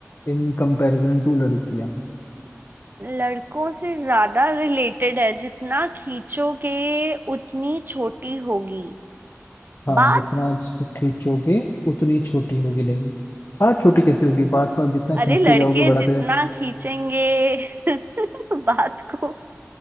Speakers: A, on the left; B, on the right.
A: इन कंपैरिजन टू लड़कियां
B: लड़कों से ज्यादा रिलेटेड है जितना खींचोगे उतनी छोटी होगी
A: हाँ
B: बात
A: जितना आप इसको खींचोगे उतनी छोटी होगी नहीं बात छोटी कैसे होगी बात तो आप जितना खींचते
B: अरे लड़के
A: जाओगे बढ़ाते
B: जितना
A: जाओ
B: खींचेंगे <laughs> बात को